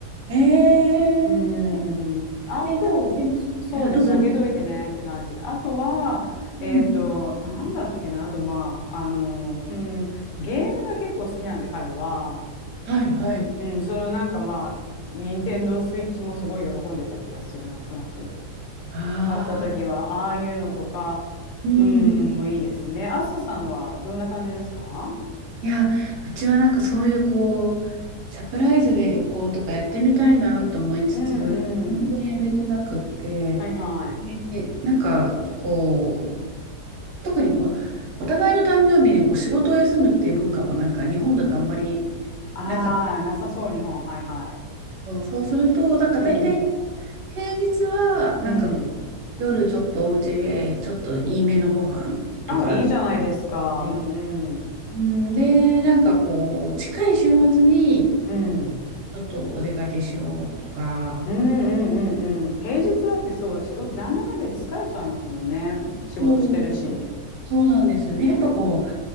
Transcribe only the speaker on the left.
うーん。あと、
そそうですね。
開けといてねって感じで。あとは、えっと、
なんだっけな。あと、まあ、あの、うん、ゲームが結構好きなんで、彼は。
うん、そのなんかまあ、任天堂スイッチもすごい喜んでた気がする、なんとなく。
買った時は、ああいうのとか、
うん、
もういいですね。あずささんはどんな感じですか
うんうん。
はいはい。
ああ、
なさそう、日本。はいはい。
うん。
うん。
あ、いいじゃないですか。
うんうん。
うん。
うんうんうんうん。平日だってそう、仕事、なんだかんだ言って疲れちゃいますもんね。仕事してるし。